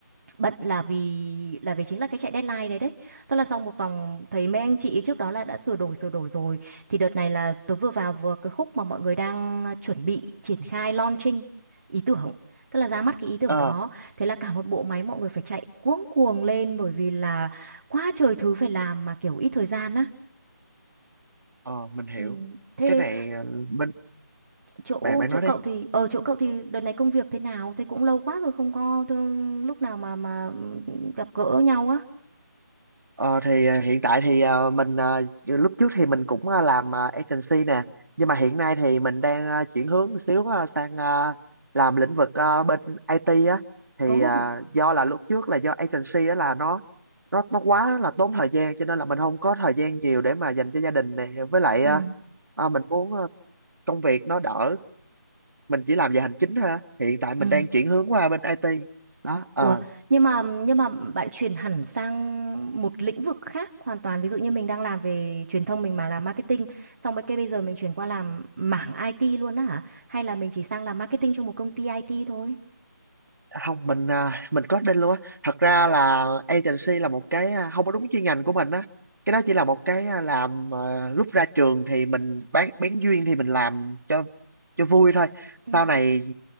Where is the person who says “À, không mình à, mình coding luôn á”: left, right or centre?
Right